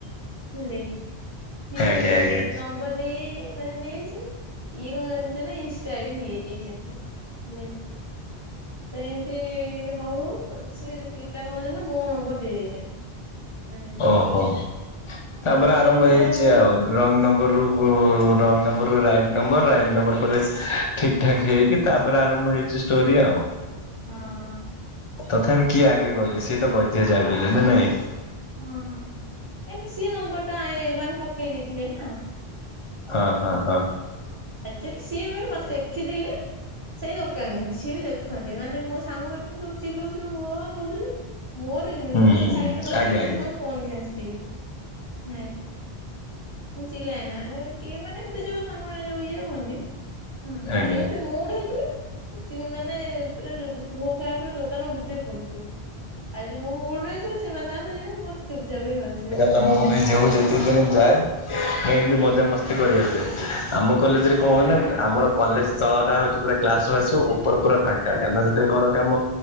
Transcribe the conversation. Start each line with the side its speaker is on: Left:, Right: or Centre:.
Right: ସିଏ
Left: ଆଜ୍ଞା ଆଜ୍ଞା
Right: ନମ୍ବର ନେଇଯାଇ ମାନେ ନେଇଯାଇଛି। ଇଏ କଣ ନା ଇଷ୍ଟା ଆଡ ନେଇଯାଇଚନ୍ତି ଭଲା ତ ଏମିତି ହଉ ସିଏ ପିଲା କଣ କହୁଚନ୍ତି ନା ମୋ ନମ୍ବର ଦେଇ ଦେଇଚନ୍ତି। <inaudible>
Left: ଓହୋ ତାପରେ
Right: ଏମିତି
Left: ଆରମ୍ଭ
Right: ଯୋଉ
Left: ହେଇଛି ଆଉ ରଙ୍ଗ
Right: ହଁ
Left: ନମ୍ବରରୁୁ wrong number right number right number ପରେ ଠିକ୍ ଠାକ୍ ହେଇକି ତାପରେ ଆରମ୍ଭ ହେଇଚି ଷ୍ଟୋରି ଆଉ।
Right: ହଁ।
Left: ତଥାପି କିଏ ଆଗେ କହିଲେ ସିଏ ତ କହିଥିବେ ଯାଇ ନା ନାଇଁ?
Right: ହଁ ଏ ସିଏ ନମ୍ବର ଟା ଏମାନେ ପକେଇ ଦେଇଥିଲେ ନା।
Left: ହଁ, ହଁ, ହଁ।
Right: ଆକ୍ଚ୍ୟାଲି ସିଏ ବି ମତେ ଦେଖିଥିଲେ ସେଇ ଦୋକାନ ସିଏ ବି ଦେଖନ୍ତି ମାନେ ମୋ ସାଙ୍ଗ ମାନେ ସବୁ ଚିଲଉଥିବେ ହୋ ହା ହଉଥିଲେ। ମୋର ଦେଖିନି
Left: ହୁଁ
Right: ମୁଁ ଗୋଟେ
Left: ହୁଁ
Right: ସାଇଟରେ
Left: ହୁଁ
Right: ବସି
Left: ଆଜ୍ଞା
Right: ବସି
Left: ଆଜ୍ଞା
Right: ମୋର ଫୋନ କିଞ୍ଚଥିବି। ହୁଁ। ବୁଝିଲେ ନା କିଏ ମାନେ ଏମିତି ଯୋଉ ସାଙ୍ଗମାନେ ଯୋଉ ଇଏ ହୁଅନ୍ତି ହଁ
Left: ଆଜ୍ଞା।
Right: ଆଉ ଏମିତି ମୁଡ ହେଇଥିଲା ଚି ମାନେ ତାପରେ ଭୋଗାବା ପରେ ଦୋକାନ ଉଠୁଥିବ ପଡୁଥିବ। ଆଜି ମୋ ମୁଡ୍ ନଥିବ ସେମାନେ ତାଙ୍କର ମୋର ଚୁପଚାପ ହେଇ ବସିବି।
Left: ନା ମୁଁ ବି ଯେଉଁ ଯେତିକି ଦିନ ଯାଏ ମୁଁ ଏମିତି ମଜାମସ୍ତି କରିଆସେ। ଆମ କଲେଜରେ କଣ ହୁଏ ନା ଆମର କଲେଜ ସ୍ଥଳ ଟା ହଉଛି ପୁରା କ୍ଲାସ ଫ ଆସ ଉପର ପୁରା ଫା କା କାନା ରେ ଟିକେ ଘର କାମ